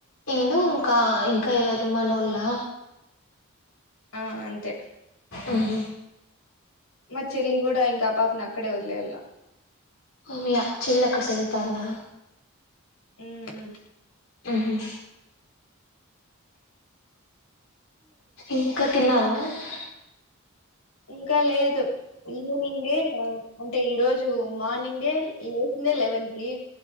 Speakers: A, on the left; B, on the left.
A: ఇందు కా ఇంకా ఎవరు మనోళ్ళ
B: ఆ అంతే
A: అహా
B: మా చెల్లి గూడ ఇంక ఆ పాపని అక్కడే వదిలేయల్లా
A: మ్యా మీ చెల్లి అక్కడ చదువుతాందా
B: ఉహు
A: ఆహా ఇంకా తిన్నావా ఆ
B: ఇంకా లేదు ఈవనింగే అంటే ఈరోజు మార్నింగే లేచిందే లెవెన్ కి